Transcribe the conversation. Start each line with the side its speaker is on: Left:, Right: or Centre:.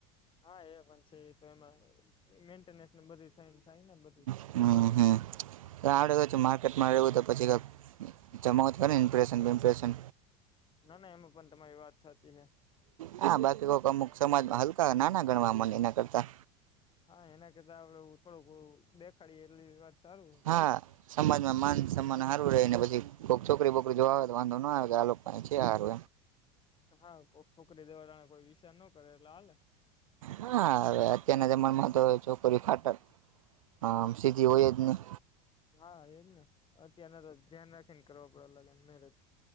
Left: હા એ પણ છે. તો એમાં મેન્ટેનન્સને બધી થઈને થાય ને બધી
Right: હમ્મ, હમ્મ આવડે કછું માર્કેટમાં રહેવુ, તો પછી કઈક જમાવતું હોય ને ઇમપ્રેશન બિમ્પ્રેશન
Left: ના ના એમાં પણ તમારી વાત સાચી છે.
Right: હા, બાકી કોક અમુક સમાજમાં હલકા નાના ગણવા મને એના કરતા
Left: હા, એના કરતા આપડે થોડુંક દેખાડીએ એટલી વાત સારું
Right: હા સમાજમાં માન સન્માન સારું રહે ને પછી કોઈક છોકરી બોકરી જો આવે તો વાંધો ન આવે કે આ લોકો કઈક છે, હારુ
Left: હા કોઈ છોકરી, દેવાળા કોઈ વિષય નો કરે એટલે હાલ
Right: હા, હવે અત્યારના જમનામાં તો છોકરી ખાટક હામ સીધી હોય, જ નહી
Left: હા, એ જ ને અત્યારના તો ધ્યાન રાખીને કરવા પડે લગ્ન મેરેજ